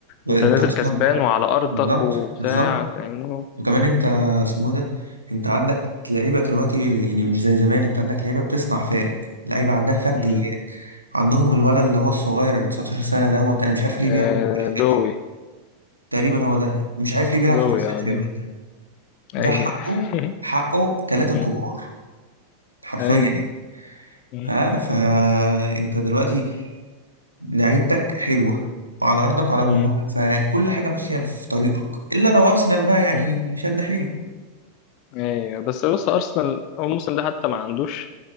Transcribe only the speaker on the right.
انت
اصلا
بالظبط
بالظبط
وكمان انت اسمه إيه ده انت عندك لعيبه دلوقتي يعني مش زي زمان انت عندك لعيبه بتصنع فارق لعيبه عندها فرديات
عندهم الولد اللي هو الصغير اللي 19 سنه دوت انا مش عارف ليه
بيلعب في باريس
سان جيرمان تقريبا هو ده مش عارف ليه بيلعب
في باريس سان
جيرمان
ده
ده حقه
حقه ثلاثة
كبار حرفيا
يعني
ها فانت دلوقتي لعيبتك حلوة وعلى أرضك وعلى جمهورك
فكل حاجة ماشية في طريقك إلا لو أرسنال بقى يعني
شد حيله